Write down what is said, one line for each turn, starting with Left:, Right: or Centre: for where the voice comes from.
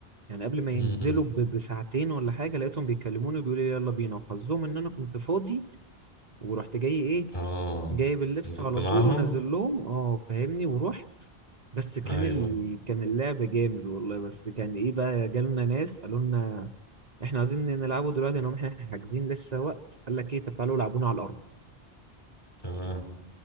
Right: يعني قبل ما ينزلوا
Left: مم.
Right: ب... بساعتين ولا حاجه لقيتهم بيكلموني وبيقولوا لي يلا بينا وحظهم ان انا كنت فاضي ورحت جاي ايه
Left: اه
Right: جايب اللبس
Left: نزلت
Right: على
Left: معاهم
Right: طول ونزل لهم اه فاهمني ورحت بس كان
Left: ايوه
Right: ال... كان اللعب جامد والله بس كان ايه بقى جالنا ناس قالوا لنا احنا عايزين نلعبوا دلوقتي لو احنا احنا حاجزين لسه وقت قال لك ايه طب تعالوا العبونا على الارض
Left: تمام